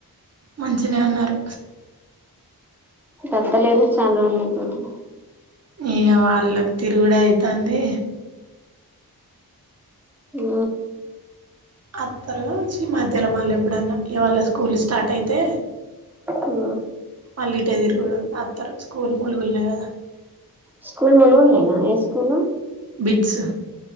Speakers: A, on the right; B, in the centre.
A: మంచినే ఉన్నారు
B: కత్తలేరు చానా రోజులు అవుతుంది
A: ఇగా వాళ్ళు తిరుగుడే అయితంది
B: ఉ
A: అత్తరగా వచ్చి ఈ మధ్యలో మళ్ళ ఎప్పుడన్నా ఇవాళ స్కూల్ స్టార్ట్ అయితే
B: ఉ
A: మళ్ళీ ఇటే తిరుగ అస్తారు స్కూల్ ముూలిగుళినయి కదా
B: స్కూల్ మనల్న్నానా ఏ స్కూల్
A: బిట్స్